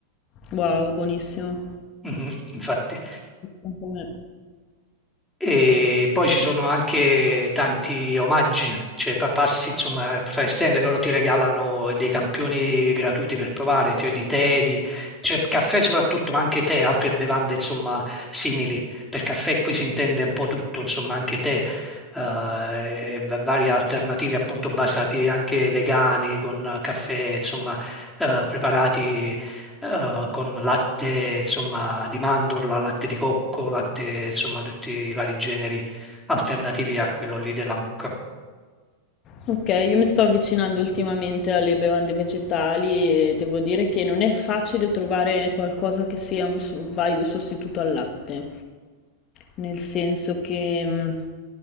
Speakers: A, on the left (about 30°); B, in the centre.
A: Wow, buonissimo.
B: Mhm, infatti.
A: Anche a me.
B: E poi ci sono anche tanti omaggi, cioè pa- passi insomma fra stand e loro ti regalano dei campioni gratuiti per provare, cioè di tè, di... cioè caffè soprattutto, ma anche tè, altre bevande insomma simili. Per caffè qui si intende un po' tutto, insomma anche tè, eh, e va- varie alternative appunto basati anche vegani con caffè, insomma eh, preparati eh, con latte, insomma, di mandorla, latte di cocco, latte, insomma, tutti i vari generi alternativi a quello lì della mucca.
A: Ok, io mi sto avvicinando ultimamente alle bevande vegetali e devo dire che non è facile trovare qualcosa che sia un s- un valido sostituto al latte, nel senso che mh,